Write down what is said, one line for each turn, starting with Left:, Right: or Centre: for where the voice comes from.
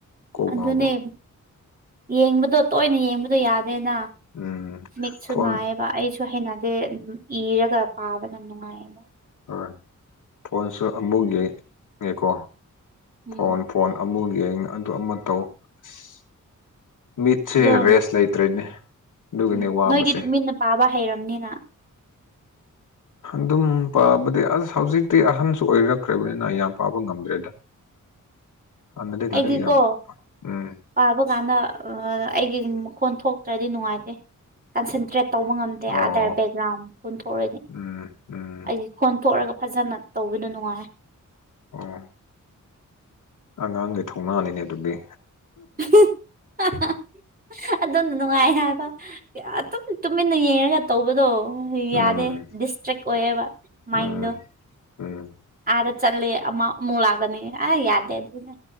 Left: ꯀꯣꯛ
Right: ꯑꯗꯨꯅꯦ
Left: ꯉꯥꯎꯕ
Right: ꯌꯦꯡꯕꯗꯣ ꯇꯣꯏꯅ ꯌꯦꯡꯕꯗꯣ ꯌꯥꯗꯦꯅ
Left: ꯎꯝ
Right: ꯃꯤꯠꯁꯨ
Left: ꯐꯣꯟ
Right: ꯅꯥꯏꯌꯦꯕ ꯑꯩꯁꯨ ꯍꯩꯅꯗꯦ ꯏꯔꯒ ꯄꯥꯕꯅ ꯅꯨꯡꯉꯥꯏꯌꯦꯕ
Left: ꯍꯣꯏ ꯐꯣꯟꯁꯨ ꯑꯃꯨꯛ ꯌꯦꯡꯀꯣ
Right: ꯎꯝ
Left: ꯐꯣꯟ ꯐꯣꯟ ꯑꯃꯨꯛ ꯌꯦꯡ ꯑꯗꯨ ꯑꯃ ꯇꯧ ꯑꯁ ꯃꯤꯠꯁꯦ
Right: ꯑꯗꯣ
Left: ꯔꯦꯁ ꯂꯩꯇ꯭ꯔꯦꯅꯦ ꯑꯗꯨꯒꯤꯅꯦ
Right: ꯎꯝ
Left: ꯋꯥꯕꯁꯦ
Right: ꯅꯣꯏꯗꯤ ꯇꯨꯃꯤꯟꯅ ꯄꯥꯕ ꯍꯩꯔꯝꯅꯦꯅ
Left: ꯑꯗꯨꯝ ꯄꯥꯕꯗꯤ ꯑꯁ ꯍꯧꯖꯤꯛꯇꯤ ꯑꯍꯟꯁꯨ ꯑꯣꯏꯔꯛꯈ꯭ꯔꯕꯅꯤꯅ ꯌꯥꯝ ꯄꯥꯕ ꯉꯝꯗ꯭ꯔꯦꯗ ꯍꯥꯟꯅꯗꯤ
Right: ꯑꯩꯗꯤꯀꯣ
Left: ꯂꯥꯏꯔꯤꯛ ꯌꯥꯝ ꯎꯝ
Right: ꯄꯥꯕ ꯀꯥꯟꯗ ꯑꯩꯒꯤ ꯃꯈꯣꯟ ꯊꯣꯛꯇ꯭ꯔꯗꯤ ꯅꯨꯡꯉꯥꯏꯇꯦ ꯀꯟꯁꯦꯟꯇ꯭ꯔꯦꯠ ꯇꯧꯕ ꯉꯝꯗꯦ
Left: ꯑꯣ
Right: ꯑꯥꯗꯔ ꯕꯦꯛꯒ꯭ꯔꯥꯎꯟ ꯀꯨꯟꯊꯣꯛꯎꯅꯤ
Left: ꯎꯝ ꯎꯝ
Right: ꯑꯩꯒꯤ ꯈꯣꯟ ꯊꯣꯛꯔꯒ ꯐꯖꯅ ꯇꯧꯕꯗꯨ ꯅꯨꯡꯉꯥꯏꯌꯦ
Left: ꯑꯣ ꯑꯉꯥꯡꯒꯤ ꯊꯧꯅꯅꯤꯅꯦ ꯑꯗꯨꯗꯤ
Right: <unintelligible> ꯑꯗꯨꯅ ꯅꯨꯡꯉꯥꯏ ꯍꯥꯏꯕ ꯌꯥ ꯑꯗꯨꯝ <unintelligible> ꯇꯨꯃꯤꯟꯅ ꯌꯦꯡꯉꯒ ꯇꯧꯕꯗꯣ
Left: ꯎꯝ
Right: ꯌꯥꯗꯦ ꯗꯤꯁꯇ꯭ꯔꯦꯛ ꯑꯣꯏꯌꯦꯕ ꯃꯥꯏꯟꯗꯣ
Left: ꯎꯝ ꯎꯝ
Right: ꯑꯗ ꯆꯠꯂꯤ ꯑꯃ ꯑꯃꯨꯛ ꯂꯥꯛꯑꯀꯅꯤ ꯑ ꯌꯥꯗꯦ ꯑꯗꯨꯗꯦ__